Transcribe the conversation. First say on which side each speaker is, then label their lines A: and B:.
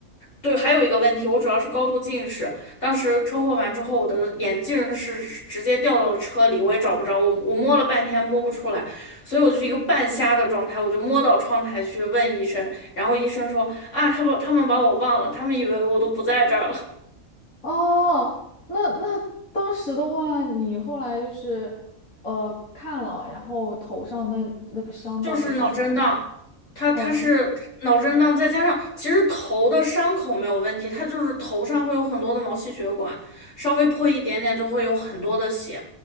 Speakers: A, on the left; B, on the left.
A: 对，还有一个问题，我主要是高度近视，当时车祸完之后，我的眼镜是直接掉到了车里，我也找不着，我我摸了半天摸不出来，所以我就是一个半瞎的状态，我就摸到窗台去问医生，然后医生说啊，他把他们把我忘了，他们以为我都不在这儿了，
B: 哦，那那当时的话，你后来就是呃看了，然后头上那那个伤到底是怎么？
A: <laughs> 就是脑震荡，他他是脑震荡，
B: 哦，真的，
A: 再加上其实头的伤口没有问题，他就是头上会有很多的毛细血管，稍微破一点点就会有很多的血，